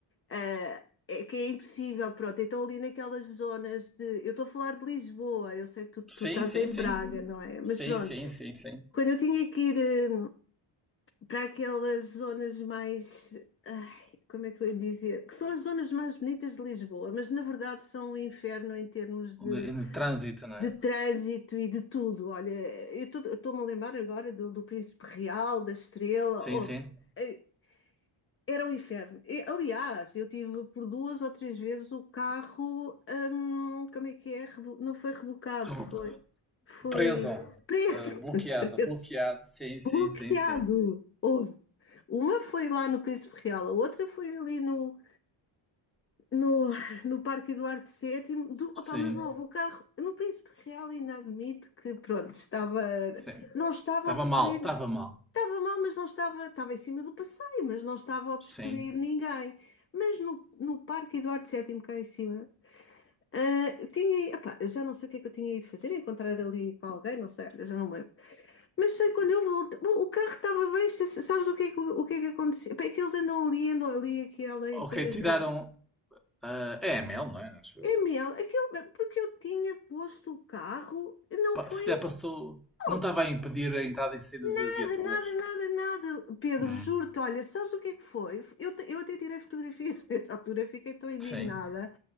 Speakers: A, on the left; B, in the centre.
A: Ah, é que é impossível, pronto. Então, ali naquelas zonas de. Eu estou a falar de Lisboa, eu sei que tu, tu
B: Sim,
A: estás
B: sim,
A: em
B: sim.
A: Braga, não é? Mas
B: Sim,
A: pronto,
B: sim, sim, sim.
A: quando eu tinha que ir. eh, para aquelas zonas mais, ai, como é que eu ia dizer? Que são as zonas mais bonitas de Lisboa, mas na verdade são um inferno em termos de,
B: De- No trânsito, não é?
A: de trânsito e de tudo. Olha, eu estou-me a lembrar agora do, do Príncipe Real, da Estrela.
B: Sim,
A: Oh,
B: sim.
A: eh, era um inferno. E, aliás, eu tive por duas ou três vezes o carro, hum, como é que é? Rebu- Não foi rebocado,
B: Reblo-
A: foi, foi
B: Preso.
A: preso,
B: Eh, bloqueado,
A: <laughs> preso,
B: bloqueado. Sim, sim,
A: bloqueado.
B: sim, sim.
A: Houve. Uma foi lá no Príncipe Real, a outra foi ali no, no, no Parque Eduardo sétimo Do,
B: Sim,
A: opá, mas houve o carro no Príncipe Real ainda admito que, pronto, estava,
B: sim.
A: não estava
B: Estava
A: a obstruir,
B: mal, estava mal.
A: estava mal, mas não estava, estava em cima do passeio, mas não estava a obstruir
B: Sim.
A: ninguém. Mas no, no Parque Eduardo sétimo cá em cima, Uh, tinha, opa, eu já não sei o que é que eu tinha ido fazer, encontrar ali com alguém, não sei, eu já não me lembro. Mas sei quando eu voltei, o carro estava bem, se- sabes o que é que, o que, é que aconteceu? Bem, é que eles andam ali, andam ali, aquela empresa.
B: Ok, tiraram ah, a EML, não é? Acho eu.
A: É mel, aquilo, porque eu tinha posto o carro, não
B: Pa-
A: foi.
B: Se calhar passou. Não
A: Oh,
B: estava a impedir a entrada e saída
A: nada,
B: de viaturas?
A: nada, nada, nada. Pedro,
B: Hum,
A: juro-te, olha, sabes o que é que foi? Eu, te- eu até tirei fotografias <laughs> nessa altura, fiquei tão indignada,
B: sim,